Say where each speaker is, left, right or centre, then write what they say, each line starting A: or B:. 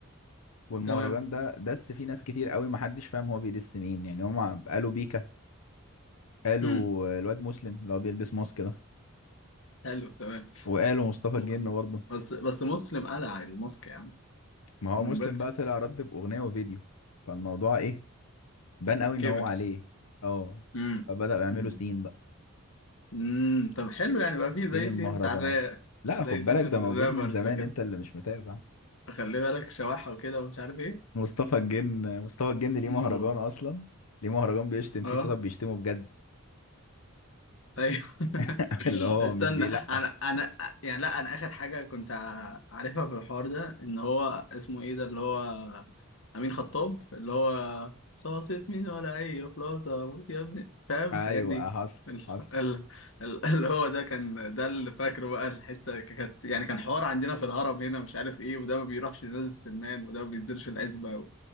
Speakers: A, on the left; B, on the left.
A: والمهرجان
B: تمام
A: ده دس فيه ناس كتير قوي ما حدش فاهم هو بيدس مين يعني هم قالوا بيكا قالوا
B: امم.
A: الواد مسلم اللي هو بيلبس ماسك ده
B: حلو تمام
A: وقالوا مصطفى
B: م-
A: الجن برضه
B: بس بس مسلم قلع الماسك يا عم
A: ما هو
B: من
A: مسلم
B: بدري
A: بقى طلع رد بأغنية وفيديو فالموضوع ايه بان قوي ان
B: كبر
A: هو عليه اه
B: امم
A: فبدأوا يعملوا
B: امم
A: سين بقى
B: أمم. طب حلو يعني بقى فيه
A: سين
B: زي
A: المهرجانات
B: سين بتاع الراب
A: لا
B: زي
A: خد
B: سين
A: بالك
B: الرابرز
A: ده موجود من زمان
B: وكده
A: انت اللي مش متابع
B: خلي بالك شواحة وكده ومش عارف ايه
A: مصطفى الجن مصطفى الجن ليه
B: انه
A: مهرجان اصلا ليه مهرجان بيشتم فيه
B: اه
A: صوت بيشتمه بجد
B: ايوه <laughs>
A: <laughs> اللي هو
B: استنى
A: مش بيلقح
B: انا انا يعني لا انا اخر حاجه كنت ع- عارفها في الحوار ده ان هو اسمه ايه ده اللي هو امين خطاب اللي هو صاصة مين ولا اي خلاصه موت يا ابني فاهم
A: ايوه
B: الحاجات دي
A: حصل
B: ال-
A: حصل
B: ال- ال- اللي هو ده كان ده اللي فاكره بقى الحته كانت يعني كان حوار عندنا في الهرم هنا مش عارف ايه وده ما بيروحش لنادي السمان وده ما بينزلش العزبه